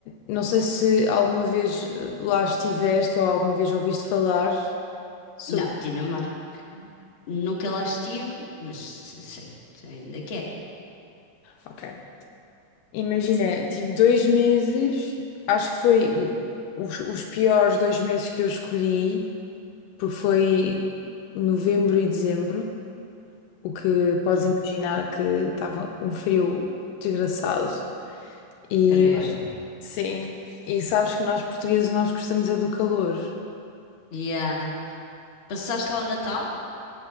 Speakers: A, on the left; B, on the left.
A: não sei se alguma vez eh, lá estiveste ou alguma vez ouviste falar sobre.
B: Não, Dinamarca. Nunca lá estive, mas se- sei que ainda que é.
A: Ok. Imagina, tive dois meses, acho que foi o- os, os piores dois meses que eu escolhi. porque foi novembro e dezembro, o que podes
B: Hum,
A: imaginar que estava um frio desgraçado. E
B: Credo.
A: sim, e sabes que nós portugueses nós gostamos é do calor.
B: Yeah. Passaste lá o Natal?